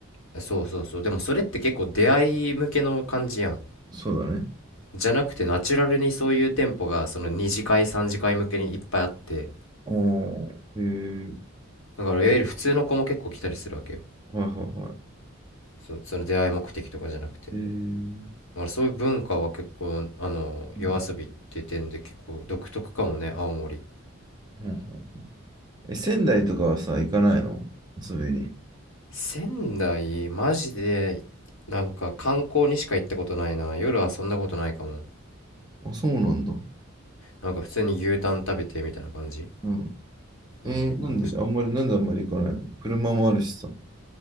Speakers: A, on the left (about 75°); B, on the right (about 20°).
A: うそうそうそうでもそれって結構出会い向けの感じやん
B: そうだね。
A: じゃなくてナチュラルにそういう店舗がその2次会3次会向けにいっぱいあって
B: ああ、へえ。
A: だからいわゆる普通の子も結構来たりするわけよ
B: はいはいは
A: そその出会い目的とかじゃなくて
B: い。へえ。う
A: まあそういう文化は結構あの夜遊びっていう点で結構独特かもね青森
B: んうんえ、仙台とかはさ、行かないの遊びに。
A: 仙台マジでなんか観光にしか行ったことないな夜遊んだことないかも
B: あ、そうなんだ。
A: なんか普通に牛タン食べてみたいな感じ
B: うん。えーなんで、
A: うんなんかし
B: あんまり、なんであんまり行かないの車もあるしさ。